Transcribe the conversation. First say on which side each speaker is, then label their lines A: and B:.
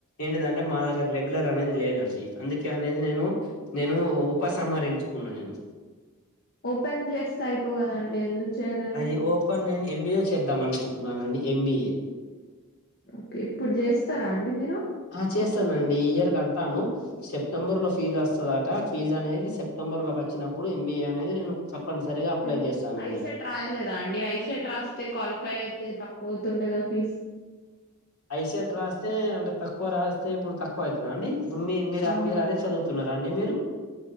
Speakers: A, on the left; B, on the left.
A: ఏంటిదంటే మా దగ్గర రెగ్ గ్లర్ అనేది లేదండి అందుకే అనేది నేను నేను ఉపసంహరించుకున్నా నేను
B: ఓపెన్ చేస్తే అయిపో కదండి ఎందుకు చేయలేదు
A: అది ఓపెన్ నేను ఎంబీఏ చేద్దాం అనుకుంటున్నానండి ఎంబీఏ
B: ఓకే ఇప్పుడు చేస్తారా అండి మీరు
A: హా చేస్తానండి ఈ ఇయర్ కడతాను సెప్టెంబర్ లో ఫీజు వస్తదట ఫీజ్ అనేది సెప్టెంబర్ లోకి వచ్చినప్పుడు ఎంబీఏ అనేది నేను తప్పనిసరిగా అప్లై
B: మీరు
A: చేస్తానండి
B: ఐసెట్ రాయలేదా అండి ఐసెట్ రాస్తే క్వాలిఫై అయితే తక్కువ అవుతుండే కదా ఫీజ్
A: ఐసెట్ రాస్తే అంటే తక్కువ రాస్తే ఇప్పుడు తక్కువ అవుతద అండి ఇప్పుడు మీ మీరు
B: అవును
A: మీరు అదే చదువు స్తున్నారాండి మీరు